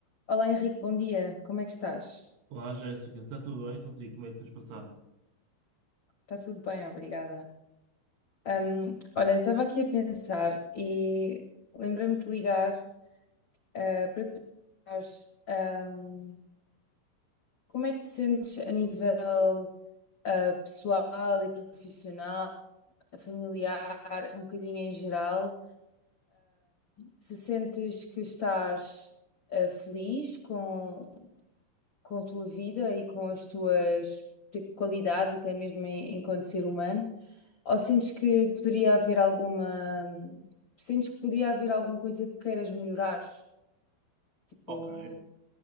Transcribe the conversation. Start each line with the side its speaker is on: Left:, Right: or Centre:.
Left: Olá Henrique, bom dia. Como é que estás?
Right: Olá, Jéssica, está tudo bem contigo? Como é que tens passado?
Left: Está tudo bem, obrigada. Ahm, olha, eu estava aqui a pensar e lembrei-me de ligar ah, para te perguntar ahm, como é que te sentes a nível ah, pessoal e profissional, familiar, um bocadinho em geral. Se sentes que estás ah, feliz com, com a tua vida e com as tuas tipo, qualidades, até mesmo em- enquanto ser humano? Ou sentes que poderia haver alguma. Sentes que poderia haver alguma coisa que queiras melhorar? Tipo,
Right: Ok,